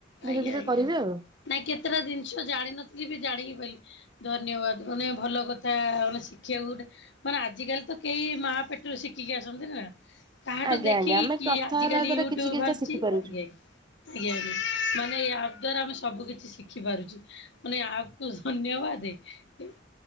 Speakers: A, on the right; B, on the left.
A: ଧୀରେ
B: ଆଜ୍ଞା
A: ଧୀରେ
B: ଆଜ୍ଞା।
A: କରିବେ ଆଉ
B: ନାଇଁ କେତେଟା ଜିନିଷ ଜାଣିନଥିଲି ବି ଜାଣିକି ବୋଲି ଧନ୍ୟବାଦ। ମାନେ ଭଲ କଥା ମାନେ ଶିଖିବାକୁ ଗୋଟେ ମାନେ ଆଜିିକାଲି ତ କେହି ମା ପେଟରୁ ଶିଖିକି ଆସଛନ୍ତି ନା। କାହାଠୁ
A: ଆଜ୍ଞା
B: ଦେଖିକି
A: ଆଜ୍ଞା ଆମେ
B: କି
A: କଥା
B: ଆଜିକାଲି
A: ହେଲା ଦ୍ଵାରା
B: ୟୁଟ୍ୟୁବ
A: କିଛି କିଛିଟା
B: ବାହାରଛି
A: ଶିଖିପାରୁଛୁ।
B: ଆଜ୍ଞା୍ଞା। ମାନେ ୟା ଦ୍ଵାରା ଆମେ ସବୁ କିଛି ଶିଖି ପାରୁଛୁ। ମାନେ ଆପକୁ ଧନ୍ୟବାଦ ହେ।